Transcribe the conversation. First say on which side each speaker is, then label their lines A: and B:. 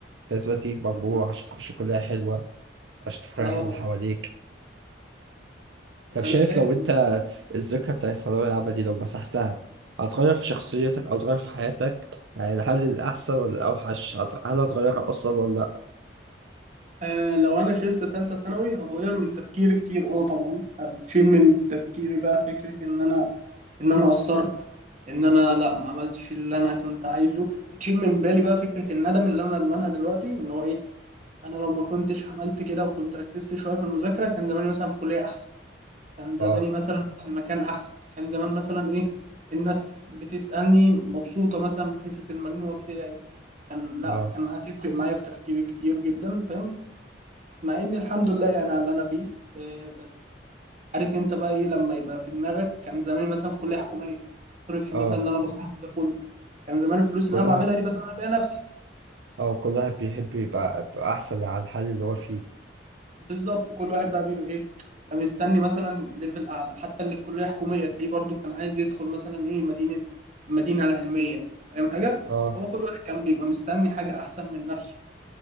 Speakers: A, on the right; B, on the right.
A: الأسباب دي مجموعة
B: بالظبط
A: عشان تخش كلية حلوة عشان تفرح
B: اه
A: اللي حواليك طب
B: فانا
A: شايف
B: شايف
A: لو أنت الذكرى بتاعت الثانوية العامة دي لو مسحتها هتغير في شخصيتك أو تغير في حياتك يعني هل الأحسن ولا الأوحش هت- هل هتغيرها أصلا ولا لأ؟
B: آه لو انا شلت تالتة ثانوي هتغير من تفكيري كتير اه طبعا هتشيل من تفكيري بقى فكرة ان انا ان انا قصرت ان انا لا ما عملتش اللي انا كنت عايزه هتشيل من بالي بقى فكرة الندم اللي انا ندمانها دلوقتي ان هو ايه انا لو ما كنتش عملت كده وكنت ركزت شوية في المذاكرة كان زماني مثلا في كلية احسن كان زماني
A: آه
B: مثلا في مكان احسن كان زمان مثلا ايه الناس بتسألني مبسوطة مثلا بفكرة المجموع بتاعي كان لا
A: آه
B: كان هتفرق معايا في تفكيري كتير جدا فاهم مع ان الحمد لله يعني على اللي انا فيه آه، بس عارف انت بقى ايه لما يبقى في دماغك كان زماني مثلا في كليه حكوميه مصرفش
A: آه
B: مثلا اللي انا بصرفه ده كله كان زمان الفلوس اللي
A: كل
B: انا
A: واحد
B: بعملها دي بدل انا بيها نفسي
A: آه كل واحد بيحب يبقى يبقى أحسن عن الحال اللي هو فيه
B: بالظبط كل واحد بقى بيبقى ايه بقى مستني مثلا ليفل اعلى حتى اللي في كليه حكوميه تلاقيه برضو كان عايز يدخل مثلا ايه مدينه المدينه العلميه فاهم حاجه
A: آه
B: هو كل واحد كان بيبقى مستني حاجه احسن من نفسه